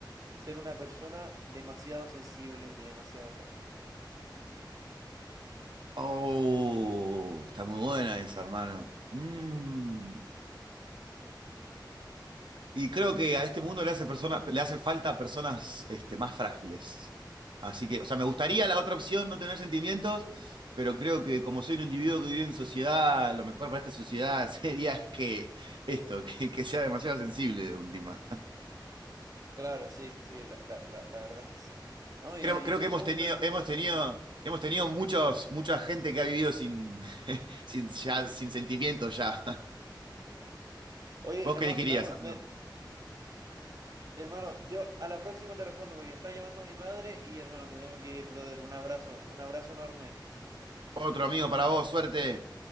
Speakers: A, on the right; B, on the right.
A: ser una persona demasiado sensible y demasiado frágil.
B: Oh, está muy buena esa, hermano. Mm. Y creo que a este mundo le hace, persona, le hace falta a personas este, más frágiles. Así que, o sea, me gustaría la otra opción, no tener sentimientos, pero creo que como soy un individuo que vive en sociedad, lo mejor para esta sociedad <laughs> sería que esto, que, que sea demasiado sensible de última.
A: Claro, sí, sí, la, la, la, la verdad es que sí. ¿No? Y,
B: Creo,
A: en y
B: creo
A: en un
B: que hemos
A: mundo...
B: tenido, hemos tenido, hemos tenido muchos, mucha gente que ha vivido sin, <laughs> sin, ya,
A: Sí,
B: sin sentimientos ya.
A: sí. Oye,
B: ¿Vos
A: hermano,
B: qué elegirías,
A: hermano,
B: amigo?
A: me- hermano, yo a la próxima te respondo porque está llamando mi madre y hermano, me tengo que ir, brother. Un abrazo, un abrazo enorme.
B: Otro amigo para vos, suerte.